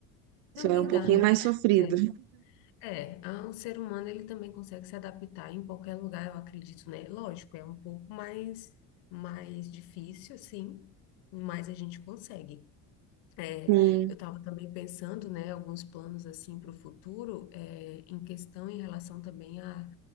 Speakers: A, on the left; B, on the right.
A: também
B: Só é um pouquinho
A: dá, né?
B: mais sofrido.
A: É. É, ah, o ser humano ele também consegue se adaptar em qualquer lugar, eu acredito, né? Lógico, é um pouco mais mais difícil, sim, mas a gente consegue. É,
B: Sim.
A: eu estava também pensando, né, alguns planos assim para o futuro, é, em questão em relação também à,